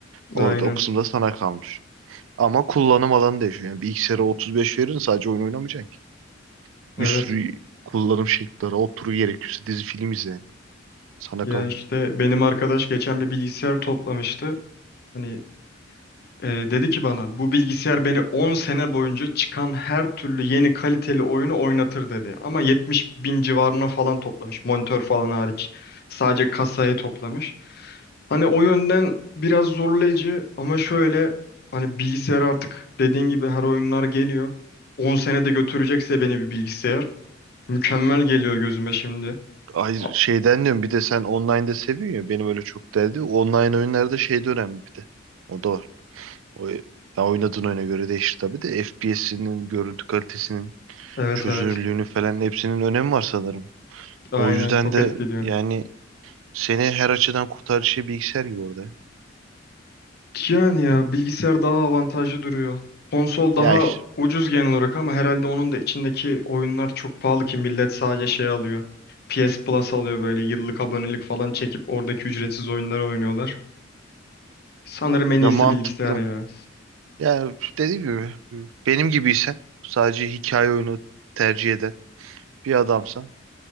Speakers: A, on the right; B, on the left.
A: Orada
B: Aynen.
A: o kısımda sana kalmış. Ama kullanım alanı değişiyor. Yani bilgisayara 35 verin sadece oyun oynamayacaksın ki.
B: Evet.
A: Bir sürü kullanım şekilleri, otur gerekirse dizi film izleyin. Sana
B: Ya
A: kalmış.
B: işte benim arkadaş geçen bir bilgisayar toplamıştı. Hani Ee, dedi ki bana bu bilgisayar beni 10 sene boyunca çıkan her türlü yeni kaliteli oyunu oynatır dedi. Ama 70 bin civarına falan toplamış. Monitör falan hariç. Sadece kasayı toplamış. Hani o yönden biraz zorlayıcı ama şöyle hani bilgisayar artık dediğin gibi her oyunlar geliyor. 10 sene de götürecekse beni bir bilgisayar. Mükemmel geliyor gözüme şimdi.
A: Hayır
B: A-
A: şeyden diyorum bir de sen online'da seviyorsun ya benim öyle çok derdi. Online oyunlarda şey de önemli bir de. O da var. O, ya oynadığın oyuna göre değişir tabii de FPS'inin, görüntü kalitesinin,
B: Evet
A: çözünürlüğünü
B: evet.
A: falan hepsinin önemi var sanırım.
B: Aynen
A: O yüzden
B: çok
A: de
B: etkiliyor.
A: yani seni her açıdan kurtarıcı şey bilgisayar gibi orada.
B: Yani ya bilgisayar daha avantajlı duruyor. Konsol daha
A: Ya işte
B: ucuz genel olarak ama herhalde onun da içindeki oyunlar çok pahalı ki millet sadece şey alıyor. PS Plus alıyor böyle yıllık abonelik falan çekip oradaki ücretsiz oyunları oynuyorlar. Sanırım en iyisi
A: ya mantıklı.
B: bilgisayar ya.
A: Ya dediğim gibi benim gibiysen sadece hikaye oyunu tercih eden bir adamsan